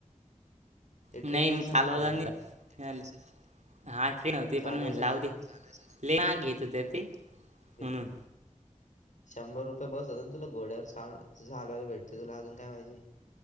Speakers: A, on the left; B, on the right.
A: ते
B: नाही
A: ट्रेन
B: मी
A: असेल
B: चालवलं
A: ना घोडे,
B: नाही. <unintelligible> आणखीन होते
A: चालवायचं
B: पण मला जाऊ
A: होतं
B: दे.
A: ना मग
B: लय महाग घेत होते रे ते.
A: थ
B: म्हणून
A: शंभर रुपये बस होता ना. तुला घोड्यावर चाल चालवायला भेट त तुला आजुन काय पाहिजे?